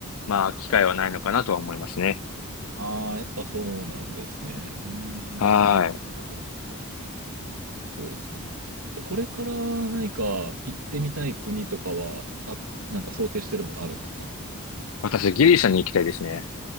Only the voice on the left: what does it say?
まあ機会はないのかなとは思いますね。
はい。
私、ギリシャに行きたいですね。